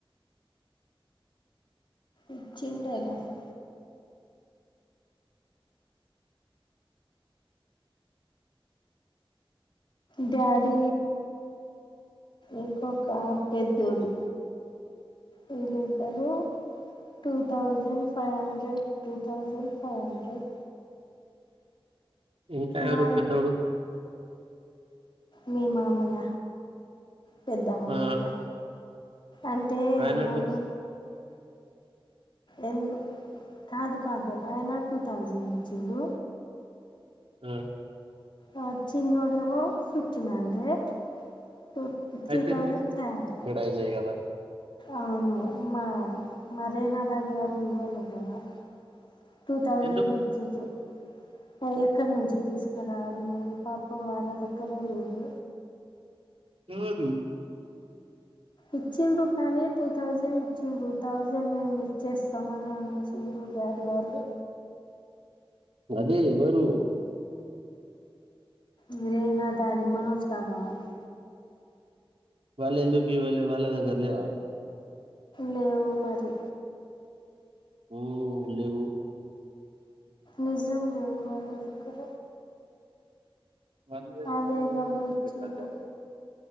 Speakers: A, on the left; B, on the right.
A: ఇచ్చిందెలాగో డాడీ ఇంకొక పెద్దోడు వీళ్ళిద్దరూ two thousand five hundred two thousand five hundred
B: ఇంకా ఎవరు
A: మా
B: పెద్దోడు
A: మీ మామయ్య పెద్ద మామయ్య
B: ఆ!
A: అంటే
B: ఆయన
A: మాము ఎందు కాదు కాదు అయినా టూ థౌజండ్ ఇచ్చిండు
B: హ్మ్
A: ఆ చిన్నోడేమో ఫిఫ్టీన్ హండ్రెడ్ టూ త్రీ
B: అయితే
A: థౌసండ్ ఫైవ్ హండ్రెడ్
B: అయినాయి గదా!
A: అవును మరి మా రేనా దాది వాళ్ళు ఇవ్వలే కదా టూ తౌజండ్
B: ఎందుకు?
A: ఇచ్చిండ్రు అయి ఎక్కడి నుంచి తీసుకురావాలి మరి పాపం వాళ్ళ దగ్గరే లేదు
B: నువ్వు ఎటు
A: ఇచ్చిరు కానీ టూ థౌజండ్ ఇచ్చిరు థౌజండ్ మే ఇ ఇచ్చేస్తా మని అన్న చూడు డాడీ వాళ్ళు
B: అదే ఎవరు
A: మీరేనా దాది మనోజ్ కాకా వాళ్ళు
B: వాళ్ళు ఎందుకివ్వాలి వాళ్ళ దగర్లేవా
A: లేవు మరి
B: హ్మ్ లేవు
A: నిజం లేవు వాళ్ళదగ్గర
B: వాళ్ళ దగ్గర
A: అది
B: లేవని
A: ఎలాగో
B: నీకెట్లా
A: ఇచ్చిండ్రు
B: తెలుసు?